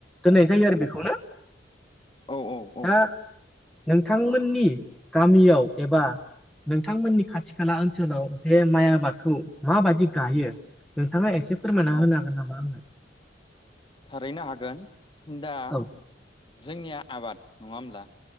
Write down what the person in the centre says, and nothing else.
दोननाय जायो आरो बेखौनो
दा
नोंथांमोननि गामिआव एबा नोंथांमोननि खाथि खाला ओनसोलाव जे माइ आबादखौ माबादि गायो नोंथांआ एसे फोरमायना
होनो हागोन नामा आंनो
औ